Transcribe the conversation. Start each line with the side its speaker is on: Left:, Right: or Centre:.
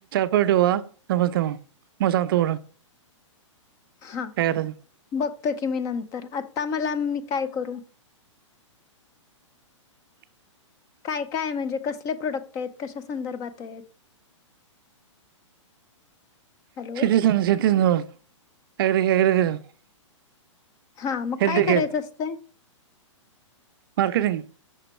Right: फळ ठेवा समजत मग म सांगतो.
Left: हा
Right: काय करायचं
Left: बघतो की मी नंतर आता मला मी काय करू
Right: <inaudible>
Left: काय काय म्हणजे कसले प्रोडक्ट आहेत कशा संदर्भात आहेत.
Right: <inaudible> <unintelligible>
Left: हॅलो हा मग
Right: हेल्थ
Left: काय
Right: केअर
Left: करायचं असतय
Right: मार्केटिंग